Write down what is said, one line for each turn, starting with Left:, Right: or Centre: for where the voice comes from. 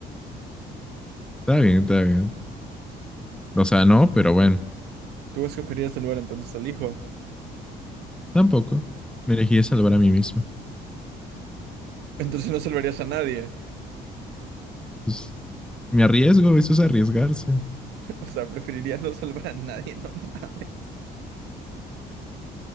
Centre: Está bien, está bien. O sea, no, pero bueno,
Right: Tú escogerías salvar entonces al hijo.
Centre: tampoco. Me elegí a salvar a mí mismo.
Right: Entonces no salvarías a nadie.
Centre: Pues me arriesgo, eso es arriesgarse.
Right: <laughs> O sea, preferirías no salvar a nadie, no mames.